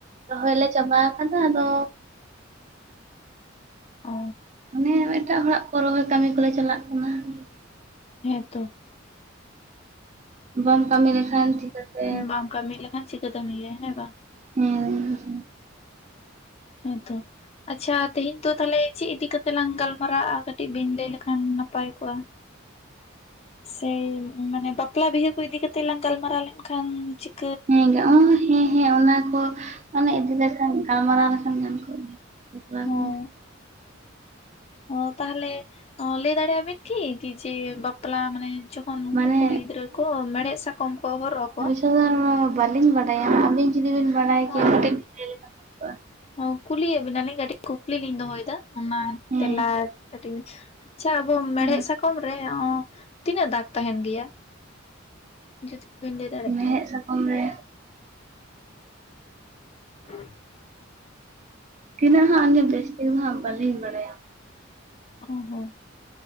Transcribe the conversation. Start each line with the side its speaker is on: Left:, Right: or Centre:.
Right: ᱨᱚᱦᱚᱭ ᱞᱮ ᱪᱟᱵᱟ ᱟᱠᱟᱫᱟ, ᱟᱫᱚ
Left: ᱚ
Right: ᱦᱮᱸ ᱮᱴᱟᱜ ᱦᱚᱲᱟᱜ ᱠᱚ ᱨᱚᱦᱚᱭ ᱠᱟᱹᱢᱤ ᱠᱚᱞᱮ ᱪᱟᱞᱟᱜ ᱠᱟᱱᱟ ᱾
Left: ᱦᱮᱸ ᱛᱚ ᱾
Right: ᱵᱟᱢ ᱠᱟᱹᱢᱤ ᱞᱮᱠᱷᱟᱱ ᱪᱤᱠᱟᱹᱛᱮ
Left: ᱵᱟᱢ ᱠᱟᱹᱢᱤ ᱞᱮᱠᱷᱟᱱ ᱪᱤᱠᱟᱹᱛᱮᱢ ᱤᱭᱟᱹᱭᱟ ᱦᱮᱸ ᱵᱟᱝ?
Right: <unintelligible>
Left: ᱦᱮᱸ ᱛᱚ ᱾ ᱟᱪᱪᱷᱟ, ᱛᱮᱦᱮᱧ ᱫᱚ ᱛᱟᱦᱚᱞᱮ ᱪᱮᱫ ᱤᱫᱤᱠᱟ ᱠᱟᱛᱮ ᱞᱟᱝ ᱜᱟᱞᱢᱟᱨᱟᱜᱼᱟ ᱠᱟᱹᱴᱤᱡ ᱵᱤᱱ ᱞᱟᱹᱭ ᱞᱮᱠᱷᱟᱱ ᱱᱟᱯᱟᱭ ᱠᱚᱜᱼᱟ? ᱥᱮ ᱢᱟᱱᱮ ᱵᱟᱯᱞᱟ ᱵᱤᱦᱟᱹ ᱠᱚ ᱤᱫᱤ ᱠᱟᱛᱮ ᱞᱟᱝ ᱜᱟᱞᱢᱟᱨᱟᱣ ᱞᱮᱱᱠᱷᱟᱱ ᱪᱮᱫ?
Right: ᱦᱮᱸ ᱦᱮᱸ ᱦᱮᱸ, ᱚᱱᱟ ᱠᱚ ᱾ ᱚᱱᱮ ᱤᱫᱤ ᱞᱮᱠᱷᱟᱱ ᱜᱟᱞᱢᱟᱨᱟᱣ ᱞᱮᱠᱷᱟᱱ ᱜᱮ ᱵᱷᱟᱹᱞᱤ
Left: ᱦᱚᱸ
Right: ᱠᱚ ᱜᱮᱭᱟ ᱾
Left: ᱚ, ᱛᱟᱦᱚᱞᱮ ᱞᱟᱹᱭ ᱫᱟᱲᱮᱭᱟᱜ ᱵᱤᱱ ᱠᱤ ᱡᱮ ᱵᱟᱯᱞᱟ ᱢᱟᱱᱮ ᱛᱚᱠᱷᱚᱱ ᱩᱱᱠᱩ
Right: ᱢᱟᱱᱮ
Left: ᱠᱩᱲᱤ ᱜᱤᱫᱽᱨᱟᱹ ᱠᱚ ᱢᱮᱲᱦᱮᱜ ᱥᱟᱠᱚᱢ ᱠᱚ ᱦᱚᱨᱚᱜ ᱟᱠᱚᱣᱟ,
Right: ᱛᱚ ᱵᱟᱹᱞᱤᱧ ᱵᱟᱰᱟᱭᱟ ᱟᱹᱵᱤᱱ ᱡᱩᱫᱤ ᱵᱤᱱ ᱵᱟᱰᱟᱭ
Left: ᱦᱚᱸ
Right: ᱠᱮᱭᱟ
Left: ᱦᱚᱸ
Right: ᱠᱟᱹᱴᱤᱡ ᱞᱟᱹᱭ ᱵᱷᱟᱹᱜᱤ ᱠᱚᱜᱼᱟ
Left: ᱦᱚᱸ ᱠᱩᱞᱤᱭᱮᱫ ᱵᱮᱱᱟ ᱞᱤᱧ ᱠᱟᱹᱴᱤᱡ ᱠᱩᱠᱞᱤ ᱞᱤᱧ ᱫᱚᱦᱚᱭᱮᱫᱟ, ᱚᱱᱟ
Right: ᱦᱮᱸ
Left: ᱛᱮᱞᱟ ᱠᱟᱹᱴᱤᱡ᱾ ᱟᱪᱪᱷᱟ, ᱟᱵᱚ ᱢᱮᱲᱦᱮᱫ
Right: ᱦᱮᱸ
Left: ᱥᱟᱠᱚᱢ ᱨᱮ ᱛᱤᱱᱟᱹᱜ ᱫᱟᱜ ᱛᱟᱦᱮᱱ ᱜᱮᱭᱟ ᱡᱩᱫᱤ ᱵᱤᱱ ᱞᱟᱹᱭ ᱫᱟᱲᱮᱭᱟᱜ
Right: ᱢᱮᱲᱦᱮᱫ
Left: ᱠᱷᱟᱱ
Right: ᱥᱟᱠᱚᱢ ᱨᱮ
Left: <unintelligible>
Right: ᱛᱤᱱᱟᱹᱜ ᱦᱟᱸᱜ ᱟᱹᱞᱤᱧ ᱵᱮᱥ ᱴᱷᱤᱠ ᱫᱚ ᱦᱟᱸᱜ ᱵᱟᱹᱞᱤᱧ ᱵᱟᱲᱟᱭᱟ ᱾
Left: ᱚ, ᱦᱮᱸ᱾